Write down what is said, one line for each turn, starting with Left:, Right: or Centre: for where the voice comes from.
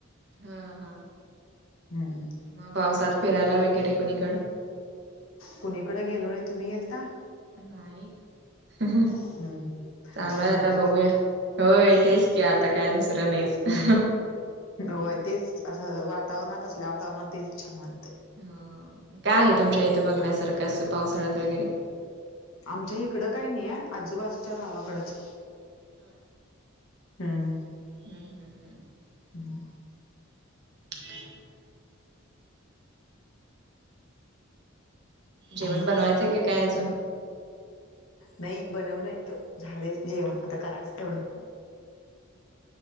Right: हा हा,
Left: हम्म,
Right: मग पावसात फिरायला वगैरे कोणीकड.
Left: कुणीकडे गेलो नाही तुम्ही गेलता.
Right: नाही ह ह,
Left: हम्म
Right: चालूय
Left: धबधबा
Right: आता बघूया. होय तेच की, आता काय दुसरं नाहीच
Left: हम्म
Right: ह,
Left: होय तेच असं वातावरणात असल्या वातावरणात तेच छान वाटते.
Right: ह, काय आहे तुमच्या इथे बघण्यासारखं अस पावसाळ्यात वगैरे.
Left: आमच्या इकडं काही नाही आहे. आजूबाजूच्या गावाकडच. हा,
Right: हम् हम् हम्,
Left: हम्,
Right: हम्म <inaudible> जेवण
Left: आणि
Right: बनवायचं
Left: काय
Right: की, काय अजून.
Left: नाही बनवलंय त झालंय जेवण आता करायच तेवढं.